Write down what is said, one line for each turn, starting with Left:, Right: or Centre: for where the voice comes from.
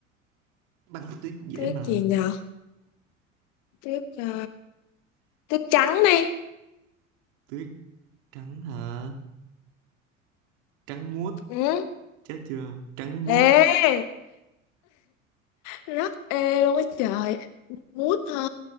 Right: băng tuyết dễ
Left: Tuyết
Right: mà
Left: gì nhờ Tuyết ờ, Tuyết trắng đi
Right: tuyết trắng hả trắng muốt
Left: ừ.
Right: chết chưa trắng muốt
Left: Ê Rất ê luôn á trời Mút hả?